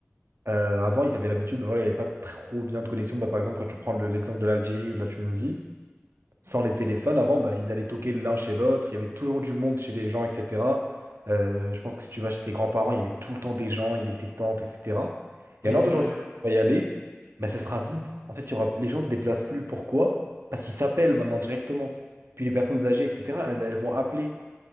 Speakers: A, on the right (about 65°); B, on the left (about 30°).
A: euh, avant, ils avaient l'habitude, ben voilà, il n'y avait pas trop bien de connexion. Ben, par exemple, quand tu prends le- l'exemple de l'Algérie ou de la Tunisie, sans les téléphones, avant, ben, ils allaient toquer l'un chez l'autre, il y avait toujours du monde chez les gens, etc. Euh, je pense que si tu vas chez tes grands-parents, il y avait tout le temps des gens, il y avait tes tantes, etc.
B: Oui,
A: Et alors
B: c'est
A: d'aujourd'hui,
B: vrai.
A: quand tu vas y aller, ben, ce sera vide. En fait, il y aura, les gens se déplacent plus. Pourquoi? Parce qu'ils s'appellent maintenant directement. Puis les personnes âgées, etc., elles elles vont appeler.